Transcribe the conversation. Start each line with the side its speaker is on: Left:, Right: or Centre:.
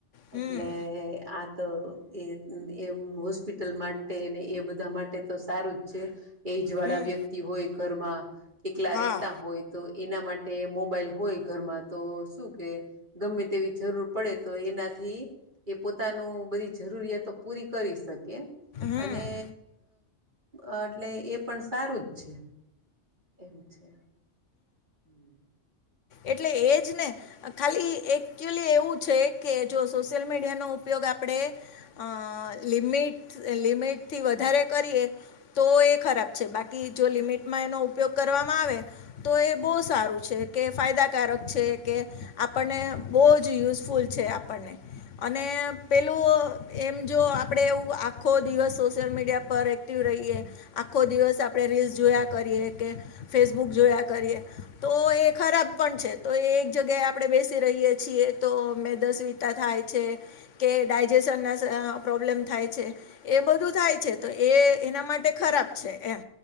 Left: હમ
Right: એટલે આ તો એ એમ એમ હોસ્પિટલ માટે એ બધા માટે તો સારું જ છે. એજ વાળા
Left: હમ
Right: વ્યક્તિ હોય ઘરમાં. એકલા
Left: હા
Right: રેતા હોય તો એના માટે મોબાાઈલ હોય ઘરમાં તો શું કે ગમે તેવી જરૂર પડે તો એનાથી એ પોતાનું બધીજ જરૂરિયાતો પૂરી કરી શકે.
Left: હમ
Right: અને અ એટલે એ પણ સારું જ છે. એવું છે. હમ્મ
Left: એટલે એજ ને ખાલી એકચ્યુલી એવું છે કે, જો સોશિયલ મીડિયાનો ઉપયોગ આપણે અ લિમિટ મિત લમિટ થી વધારે કરીએ તો એ ખરાબ છે. બાકી જો લિમિટમાં એનો ઉપયોગ કરવામાં આવે તો એ બહુ સારું છે કે, ફાયદાકારક છે કે, આપણને બહુ જ યુઝફુલ છ છે આપણને અને પેલું અ એમ જો આપડે એવું આખો દિવસ સોશિયલ મીડિયા પર એક્ટિવ રહીએ આખો દિવસ આપણે રીલ્સ જોયા કરીએ. કે ફેસબુક જોયા કરીએ તો એ ખરાબ પણ છે. તો એક જ્યાએ આપણે બેસી રહીએ છીએ તો. મે એસીદિતા થાય છે. કે ડાયજેશન ના પ્રોબ્લેમ થાય છે. એ બધું થાય છે. એતોએ એના માટે ખરાબ છે એમ.